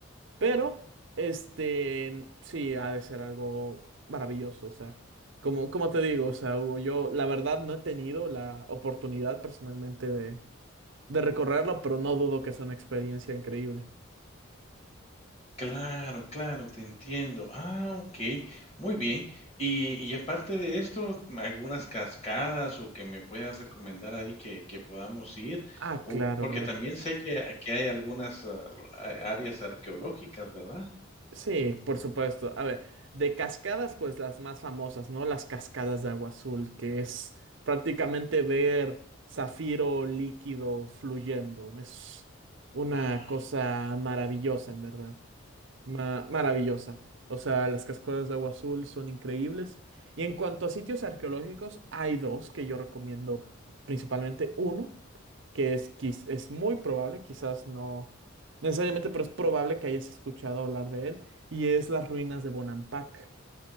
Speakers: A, on the right; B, on the left.
A: pero este, sí, ha de ser algo maravilloso, o sea, como, como te digo, o sea, Hugo, yo la verdad no he tenido la oportunidad personalmente de, de recorrerlo, pero no dudo que es una experiencia increíble.
B: Claro, claro, te entiendo. Ah, okey, muy bien. Y y aparte de esto, algunas cascadas o que me puedas recomendar ahí que que podamos ir,
A: Ah,
B: o
A: claro,
B: porque
A: las...
B: también sé que que hay algunas, ah, a áreas arqueológicas, ¿verdad?
A: Sí, por supuesto. A ver, de cascadas, pues las más famosas, ¿no? Las cascadas de agua azul, que es prácticamente ver zafiro líquido fluyendo. Es una
B: Ah,
A: cosa maravillosa, en verdad. Ma- maravillosa. O sea, las cascadas de agua azul son increíbles. Y en cuanto a sitios arqueológicos, hay dos que yo recomiendo principalmente. Uno. que es, quiz- es muy probable, quizás no necesariamente, pero es probable que hayas escuchado hablar de él, y es las ruinas de Bonampak.